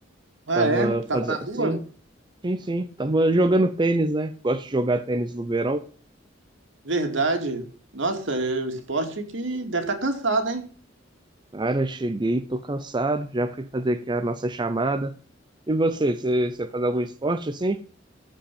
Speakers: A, on the right; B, on the right.
A: Ah,
B: Tava
A: é?
B: fazendo.
A: Tava na rua?
B: Sim, sim, sim. Tava jogando tênis, né? Gosto de jogar tênis no verão.
A: Verdade. Nossa, é o esporte que deve estar cansado, hein?
B: Cara, cheguei, tô cansado. Já fui fazer aqui a nossa chamada. E você, você, você faz algum esporte assim?